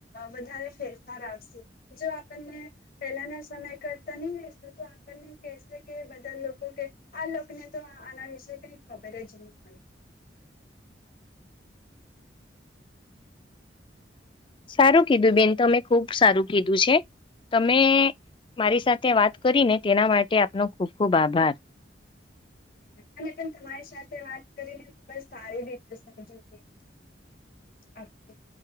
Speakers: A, on the left; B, on the left.
A: વધારે ફેરફાર આવશે જો આપણને પહેલાના સમય કરતા નહી રહેશે તો આપણને કેહેશે કે બધા લોકો કે આ લોકોને તો આના વિશે કઈ ખબર જ નહી મને
B: સારું કીધું બેન તમે ખુબ સારું કીધું છે તમે મારી સાથે વાત કરી ને તેના માટે આપનો ખુબ ખુબ આભાર
A: અને પણ તમારી સાથે વાત કરીને ખુબ જ સારી રિતે સમજી
B: <inaudible>
A: અચછા